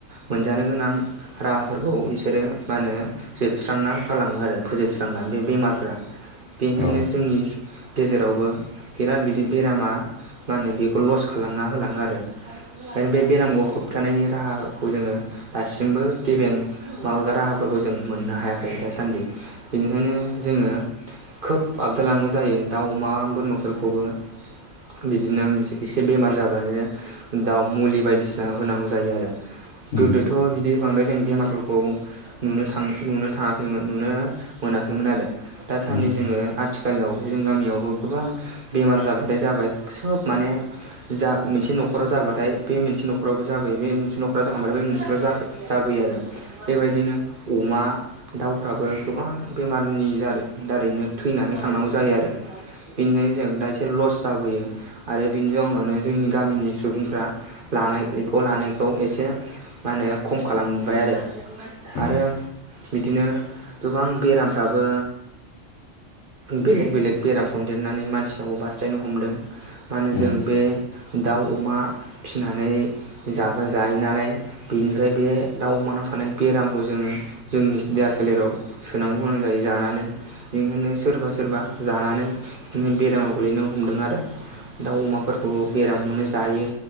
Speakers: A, on the right (about 45°); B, on the left (about 70°).
A: मोनजानो गोनां राहाफोरखौ बिसोरो मा होनो जोबस्रांना जालाङो आरो फोजोबस्रांना बे बेमारफ बेनिखायनो
B: औ
A: जोंनि गेजेरावबो बिराद बिदि बेरामा मा होनो बेखौ लस खालामना होलाङो आरो ओंखायनो बे बेरामखौ होबथानायनि राहाखौ जोङो दासिमबो गेबें माबा राहाफोरखौ जों मोननो हायाखै दासान्दि बेनिखायनो जोङो खोब आबदाल लानांगौ जायो दाउ अमा बोरमाफोरखौबो बिदिनोसे एसे बेमार जाबानो दाउ मुलि बायदिसिना होनांगौ जायो आरो
B: उम
A: गोदोथ' बिदि बांद्राय जों बेमारफोरखौ नुनो थां नुनो थाङाखैमोन नुनो मोनाखैमोन आरो दासान्दि
B: उम
A: जोङो आथिखालाव जों गामियावबो गोबां बेमार जाबाय बांद्राय जाबाय सोब माने जा मोनसे न'खराव जाबाथाय बे मोनसे न'खरावबो जाबोयो बे मोनसे न'खराव जाखांथाय बे मोनसे जाबोयो आरो बेबायदिनो अमा दाउफ्राबो गोबां बेमारनि जारै दारैनो थैनानै थांनांगौ जायो आरो बेनिखायनो जों दा एसे लस जाबोयो आरो बिनि जाउनावनो जोंनि गामिनि सुबुंफ्रा लानायख' लानायखौ एसे मा होनो खम खालामबाय आरो
B: औ
A: आरो बिदिनो गोबां बेरामफ्राबो बेलेग बेलेक बेराम संदेरनानै मानसि नावबो बास्लायनो हमदों माने
B: उम
A: जों बे दाउ अमा फिसिनानै जाग्रा जाहैनानै नालाय बेनिफ्राय बे दाउ अमानाव थानाय बेरामखौ जोङो जोंनि देहा सोलेराव सोनांगौ गोनां जायो जानानै बेनिखायनो सोरबा सोरबा जानानै बिदिनो बेरामाव गोलैनो हमदों आरो दाउ अमाफोरखौ बेरामखौनो जायो